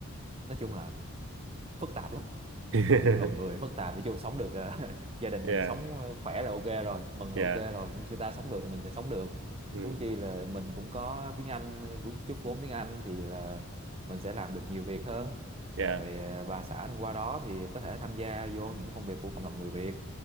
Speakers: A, on the right (about 25°); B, on the right (about 60°).
A: nói chung là phức tạp lắm
B: <laughs>
A: nói chung lòng người phức tạp nói chung sống được <laughs> gia đình
B: yeah
A: mình sống ờ, khỏe là ok rồi mừng
B: yeah
A: là ok rồi nếu người ta sống được thì mình sẽ sống được
B: ừ,
A: huống chi là mình cũng có tiếng Anh cũng chút vốn tiếng Anh thì là mình sẽ làm được nhiều việc hơn
B: yeah
A: rồi ờ, bà xã mình qua đó thì có thể tham gia vô những công việc của cộng đồng người Việt